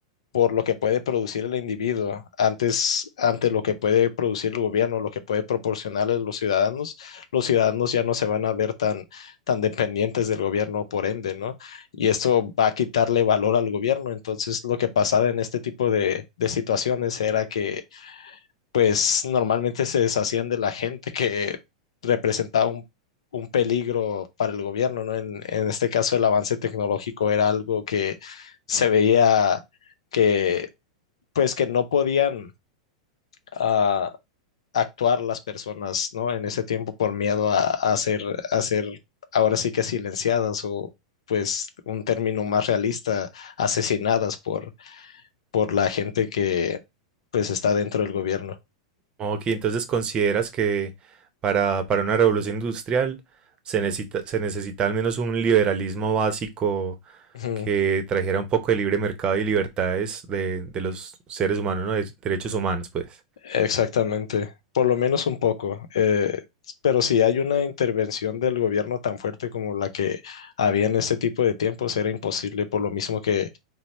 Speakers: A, on the left (about 75°); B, on the right (about 30°).
A: por lo que puede producir el individuo antes ante lo que puede producir el gobierno, lo que puede proporcionar a los ciudadanos, los ciudadanos ya no se van a ver tan, tan dependientes del gobierno por ende, ¿no? Y esto va a quitarle valor al gobierno. Entonces, lo que pasaba en este tipo de, de situaciones era que, pues, normalmente se deshacían de la gente que representaba un un peligro para el gobierno, ¿no? En, en este caso, el avance tecnológico era algo que se veía que pues que no podían ah, actuar las personas, ¿no? En ese tiempo por miedo a, a ser, a ser ahora sí que silenciadas o pues un término más realista, asesinadas por, por la gente que pues está dentro del gobierno.
B: Ok, entonces consideras que para, para una revolución industrial se necesita, se necesita al menos un liberalismo básico
A: Ujú,
B: que trajera un poco de libre mercado y libertades de, de los seres humanos, ¿no? De derechos humanos, pues.
A: Exactamente, por lo menos un poco. eh, pero si hay una intervención del gobierno tan fuerte como la que había en este tipo de tiempos, era imposible, por lo mismo que